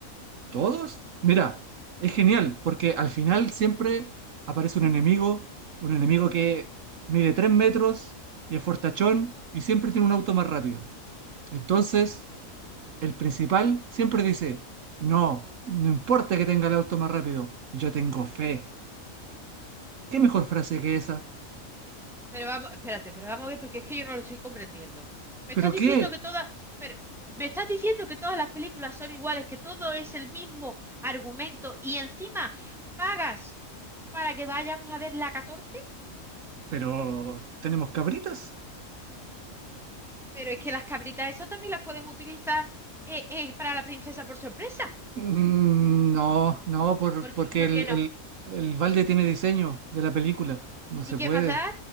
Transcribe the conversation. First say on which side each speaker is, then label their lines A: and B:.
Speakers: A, on the right; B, in the centre.
A: ¿Todos? Mira, es genial, porque al final siempre aparece un enemigo, un enemigo que mide 3 metros y es fortachón y siempre tiene un auto más rápido. Entonces, el principal siempre dice, no, no importa que tenga el auto más rápido, yo tengo fe. ¿Qué mejor frase que esa?
B: Pero vamos, espérate, pero vamos a ver porque es que yo no lo estoy comprendiendo. Me
A: ¿Pero
B: estás diciendo
A: qué?
B: que todas, pero me estás diciendo que todas las películas son iguales, que todo es el mismo argumento y encima pagas para que vayamos a ver la catorce
A: ¿Pero tenemos cabritas?
B: Pero es que las cabritas esas también las podemos utilizar eh, eh, para la princesa por sorpresa.
A: Mm, No, no, por-
B: ¿Por
A: porque
B: qué, por
A: el,
B: qué no?
A: el, el balde tiene diseño de la película, no se
B: ¿Y qué
A: puede.
B: más da?